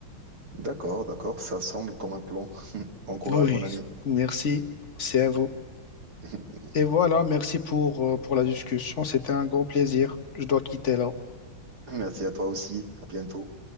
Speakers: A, on the right; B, on the left.
A: D'accord, d'accord, ça semble comme un plan. Bon courage,
B: Oui,
A: mon ami.
B: merci. Merci à vous.
A: <laughs>
B: Et voilà, merci pour, euh, pour la discussion. C'était un grand plaisir. Je dois quitter là.
A: Merci à toi aussi. À bientôt.